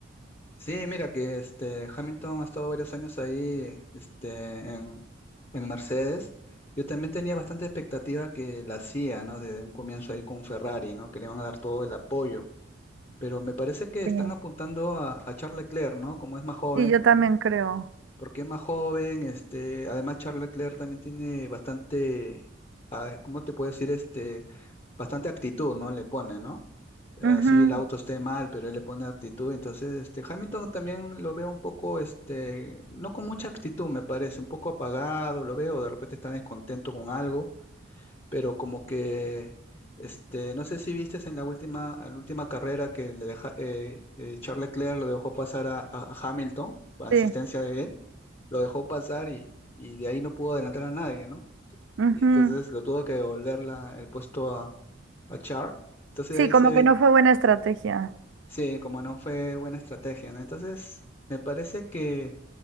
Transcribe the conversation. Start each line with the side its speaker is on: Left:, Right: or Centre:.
Left: Sí, mira que este Hamilton ha estado varios años ahí este, en, en Mercedes. Yo también tenía bastante expectativa que la CIA, ¿no? Desde un comienzo ahí con Ferrari, ¿no? Que le van a dar todo el apoyo. Pero me parece que están
Right: Sí.
Left: apuntando a, a Charles Leclerc, ¿no? Como es más joven,
Right: Sí, yo también
Left: ¿no?
Right: creo.
Left: Porque es más joven, este, además Charles Leclerc también tiene bastante, ah, ¿cómo te puedo decir? Este, bastante actitud, ¿no? Le pone, ¿no? así
Right: Ujú,
Left: el auto esté mal, pero él le pone actitud. Entonces, este, Hamilton también lo veo un poco, este, no con mucha actitud, me parece, un poco apagado, lo veo, de repente está descontento con algo, pero como que, este, no sé si viste en la última, en la última carrera que le deja, eh, eh, Charles Leclerc lo dejó pasar a, a- a Hamilton, a insistencia
Right: sí,
Left: de él, lo dejó pasar y, y de ahí no pudo adelantar a nadie, ¿no?
Right: ujú.
Left: Y entonces lo tuvo que devolver la- el puesto a, a Charles. Entonces
Right: Sí,
Left: de ahí
Right: como
Left: se ve
Right: que no fue buena estrategia.
Left: Sí, como no fue buena estrategia, ¿no? Entonces, me parece que